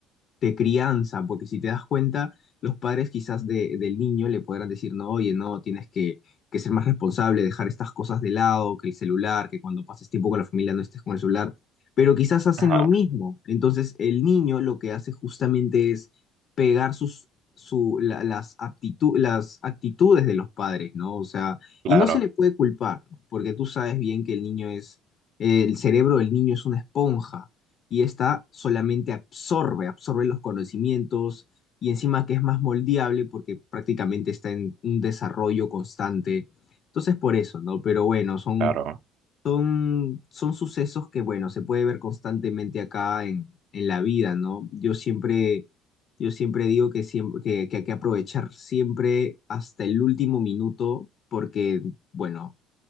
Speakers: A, on the left (about 50°); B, on the right (about 65°).
A: de crianza, porque si te das cuenta, los padres quizás de- del niño le podrán decir, no, oye, no, tienes que, que ser más responsable, dejar estas cosas de lado, que el celular, que cuando pases tiempo con la familia no estés con el celular, pero quizás hacen
B: Ajá,
A: lo mismo. Entonces el niño lo que hace justamente es pegar sus, su, la- las aptitu- las actitudes de los padres, ¿no? O sea,
B: claro,
A: y no se le puede culpar, ¿no? porque tú sabes bien que el niño es, el cerebro del niño es una esponja y esta solamente absorbe, absorbe los conocimientos y encima que es más moldeable porque prácticamente está en un desarrollo constante. Entonces por eso, ¿no? Pero bueno, son,
B: claro,
A: son, son sucesos que, bueno, se puede ver constantemente acá en, en la vida, ¿no? Yo siempre, yo siempre digo que, siempre, que, que hay que aprovechar siempre hasta el último minuto porque, bueno,